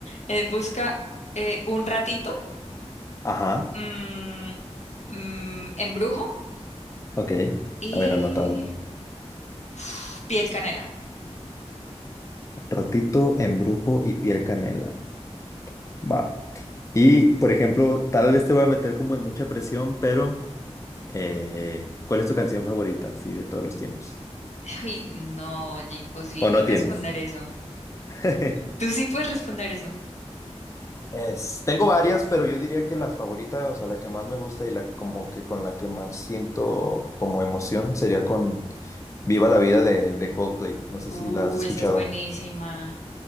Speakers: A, on the left; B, on the left.
A: Eh, busca eh, un ratito,
B: Ajá,
A: mm, mm, embrujo
B: ok.
A: y
B: A ver, anotado.
A: uf, piel canela.
B: Rotito, embrujo y piel canela. Va. Y, por ejemplo, tal vez te voy a meter como en mucha presión, pero eh, ¿cuál es tu canción favorita, así, de todos los tiempos?
A: <laughs> Ay, no, oye, imposible
B: ¿O no
A: responder
B: tienes?
A: eso.
B: <laughs>
A: Tú sí puedes responder eso.
B: Es- tengo varias, pero yo diría que la favorita, o sea, la que más me gusta y la como que con la que más siento como emoción sería con Viva la Vida de, de Coldplay. No sé
A: Uh,
B: si la has escuchado.
A: esa es buenísima.